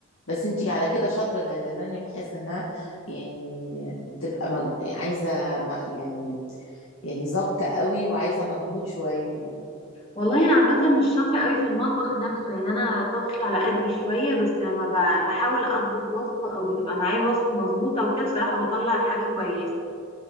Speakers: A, on the left; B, on the left.
A: بس انتي على كده شاطره ده اللازانيا بحس انها يعني بتبقى مج... عايزه م... يعني يعني ظابطه قوي وعايزه مجهود شويه يعني
B: والله انا عامة مش شاطرة قوي في المطبخ نفسه يعني انا طبخي على قدي شوية بس لما ب- بحاول اطبخ وصفة او بتبقى معايا الوصفة مظبوطة وكده بصراحة بطلع الحاجة كويسة